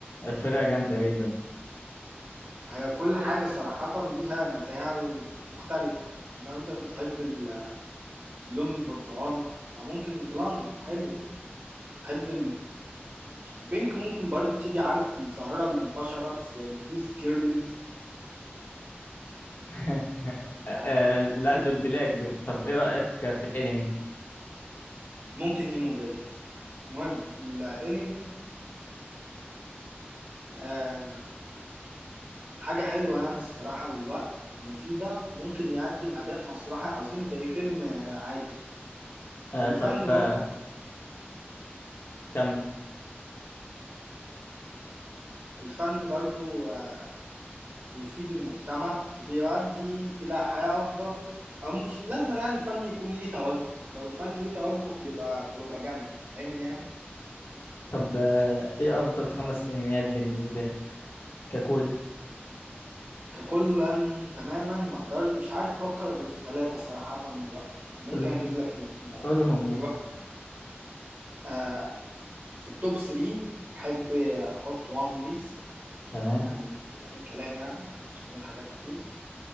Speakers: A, on the left; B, on the right.
A: فرقة جامدة جدا
B: هي كل حاجة صراحة ليها مزاياها المختلفة يعني لو انت بتحب ال- اللون البرتقاني فممكن البلاند حلو تحب البينك ممكن برضو تيجي عارف الظاهرة اللي انتشرت زي الجوز كيرلز
A: <laughs>
B: وال-
A: آه
B: والإيم-
A: لا دول بلاك دول طب ايه رأيك في الانمي
B: ممكن ايمو جيرلز المهم الانمي آه حاجة حلوة يعني الصراحة للوقت مفيدة ممكن يقدم أداء مسرحي عظيم زي فيلم آه، عادي
A: آه
B: والفن
A: طب
B: برضو
A: آه كمل
B: الفن برضو آه، بيفيد المجتمع وبيؤدي إلى حياة أفضل أو مش لازم يعني الفن يكون ليه توجه لو الفن ليه توجه بيبقى بروباجندا فاهمني يعني
A: طب آه ايه افضل خمس انميات بالنسبة لك ككل
B: ككلا تماما ما أقدر مش عارف أفكر غير في ثلاثة صراحة دلوقتي ممكن
A: كلهم
B: أجيب لك الاثنين بعدين
A: كلهم
B: دلوقتي
A: مصر
B: آه في التوب 3 أحب أحط وان بيس
A: تمام
B: يعني من غير أي كلام يعني مش هنقول حاجات كتير